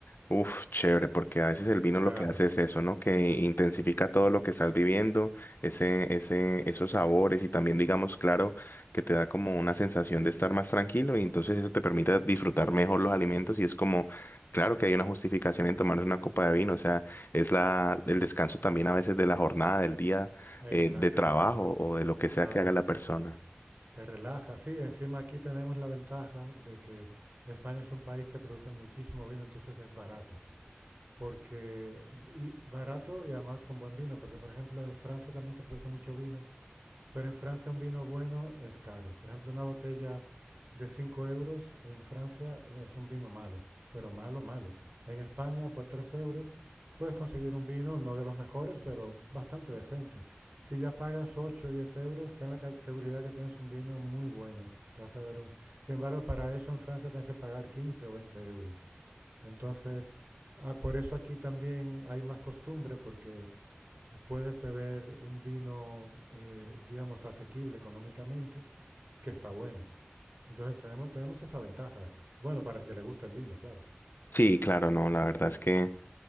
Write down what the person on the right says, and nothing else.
C-
Claro,
exactamente,
claro.
Te relaja, sí. Encima aquí tenemos la ventaja de que España es un país que produce muchísimo vino, entonces es barato. Porque, y barato y además con buen vino, porque por ejemplo en Francia también se produce mucho vino, pero en Francia un vino bueno es caro. Por ejemplo, una botella de 5 euros en Francia es un vino malo, pero malo, malo. En España, por 3 euros, puedes conseguir un vino, no de los mejores, pero bastante decente. Si ya pagas ocho o 10 euros, ten la ca- seguridad que tienes un vino muy bueno. Te vas a ver un- Sin embargo, para eso en Francia tienes que pagar 15 o 20 euros. Entonces, ah, por eso aquí también hay más costumbre, porque eh, Puedes beber un vino, eh, digamos, asequible económicamente, que está bueno. Entonces tenemos, tenemos esa ventaja. Bueno, para el que le gusta el vino, claro.